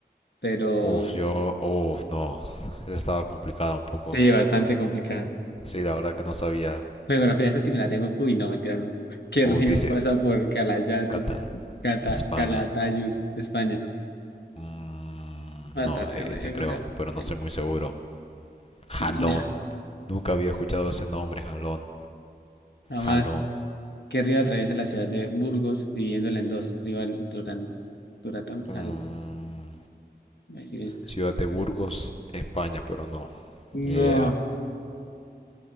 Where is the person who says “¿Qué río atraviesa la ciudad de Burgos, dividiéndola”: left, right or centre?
Left